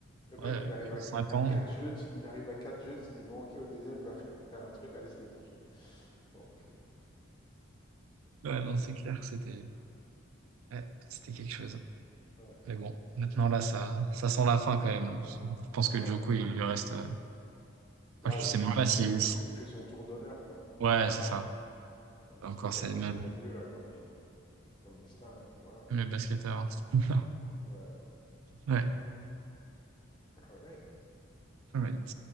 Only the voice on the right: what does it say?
euh,
ouais,
5
ans.
Ouais, non, c'est clair, c'était. Ouais, c'était quelque chose. hein.
Mais bon, maintenant là, ça, ça sent la fin quand même. là. Je pense
que Djoko,
il lui reste. euh, enfin,
je
sais
même
pas si.
si-
Ouais, c'est ça.
Encore,
c'est
même,
même les basketteurs. <laughs>
Ouais.
All right.